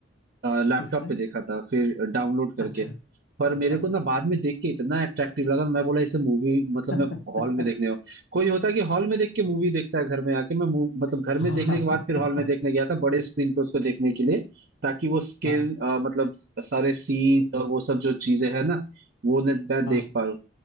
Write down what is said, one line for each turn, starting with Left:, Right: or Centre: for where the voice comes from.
Right: लैपटॉप
Left: किस में
Right: पे देखा था फिर डाउनलोड करके
Left: अच्छा
Right: पर
Left: अच्छा
Right: मेरे को ना बाद में देख के इतना अट्रैक्टिव लगा मैं बोला इसे मूवी
Left: <laughs>
Right: मतलब मैं हॉल में देखने कोई होता कि हॉल में देख के मूवी देखता है घर में आके मैं मूव मतलब घर
Left: हाँ
Right: में देखने
Left: हाँ
Right: के बाद फिर हॉल में देखने गया था बड़े स्क्रीन पे उसको देखने के लिए ताकि वो स्क्रीन
Left: हाँ
Right: मतलब सारे सीन और वो सब जो चीजें है ना वो न- मैं
Left: हाँ
Right: देख पा रहा